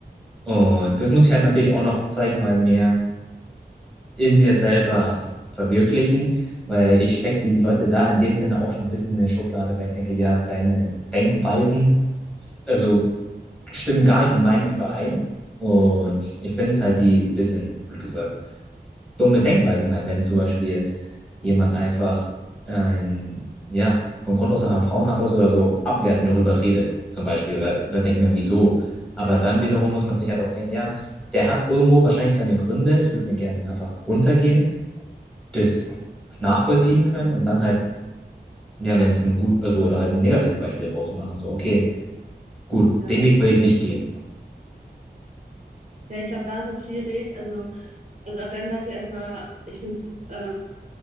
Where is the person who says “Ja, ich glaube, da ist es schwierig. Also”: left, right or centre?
Right